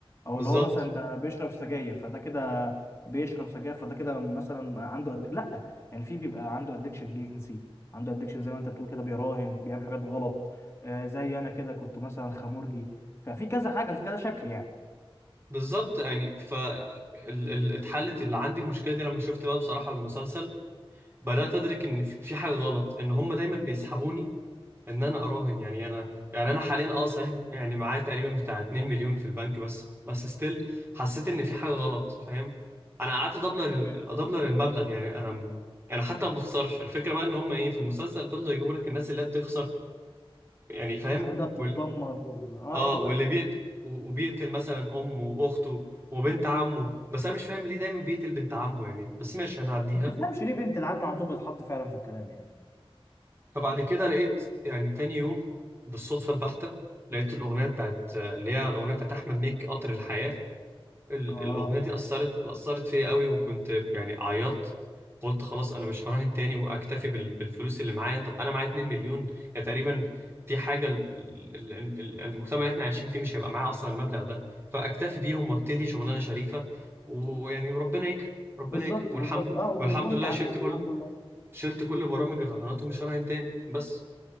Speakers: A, on the left (about 25°); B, on the right (about 25°).
A: او
B: بالظبط
A: اللي هو مثلا ده بيشرب سجاير فده كده بيشرب سجاير فده كده مثلا عنده أد... لا يعني في بيبقى عنده ادكشن جنسي عنده ادكشن زي ما انت بتقول كده بيراهن بيعمل حاجات غلط آه زي انا كده كنت مثلا خمورجي ففي كذا حاجه في كذا شكل يعني
B: بالظبط يعني ف ال... ال... اتحلت اللي عندي المشكلة دي لما شفت بقى بصراحة المسلسل بدأت أدرك إن في في حاجة غلط إن هم دايما بيسحبوني ان انا اراهن يعني انا يعني انا حاليا اه صحيح يعني معايا تقريبا بتاع 2 مليون في البنك بس بس ستيل حسيت ان في حاجه غلط فاهم انا قعدت ادبلر ال-
A: مم.
B: ادبلر المبلغ يعني انا م- يعني حتى ما بخسرش الفكره بقى ان هم ايه في المسلسل فضلوا يجيبوا لك الناس اللي هي بتخسر يعني فاهم
A: وحاجه بتتدمر
B: وال...
A: و... اه
B: اه
A: ايوه
B: واللي
A: ايوه
B: بيقت... و- وبيقتل مثلا امه واخته وبنت عمه بس انا مش فاهم ليه دايما بيقتل بنت عمه يعني بس ماشي هنعديها
A: ما تفهمش ليه بنت العم على طول بتتحط فعلا في الكلام يعني
B: فبعد كده لقيت يعني تاني يوم بالصدفة البحتة لقيت الأغنية بتاعت اللي هي الأغنية بتاعت أحمد مكي قطر الحياة ال-
A: اه
B: الأغنية دي أثرت أثرت فيا قوي وكنت يعني عيطت قلت خلاص أنا مش هراهن تاني وأكتفي بال- بالفلوس اللي معايا طب أنا معايا 2 مليون يعني تقريبا دي حاجة ال- ال- ال- ال- المجتمع اللي احنا عايشين فيه مش هيبقى معاه أصلا المبلغ ده فأكتفي بيهم وأبتدي شغلانة شريفة ويعني ربنا يكرم ربنا
A: بالظبط
B: يكرم والحمد
A: بالظبط اه وتكون
B: والحمد لله
A: اتعافيت
B: شلت كل
A: الحمد لله
B: شلت كل برامج الرهانات ومش هراهن تاني بس